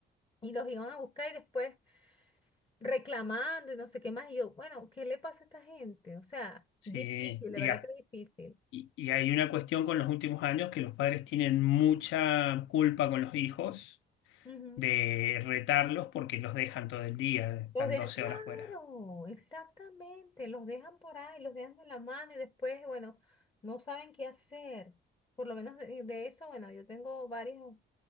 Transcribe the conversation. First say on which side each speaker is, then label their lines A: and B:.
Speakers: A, on the left; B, on the left.
A: y los iban a buscar y después reclamando y no sé qué más. Y yo, bueno, ¿qué le pasa a esta gente? O sea,
B: Sí,
A: difícil, de
B: y,
A: verdad
B: a-
A: que difícil.
B: y- y hay una cuestión con los últimos años que los padres tienen mucha culpa con los hijos
A: Ujú.
B: de retarlos porque los dejan todo el día, están
A: Los dejan,
B: 12
A: claro,
B: horas fuera.
A: exactamente, los dejan por ahí, los dejan de la mano y después, bueno, no saben qué hacer. Por lo menos de, de eso, bueno, yo tengo varias,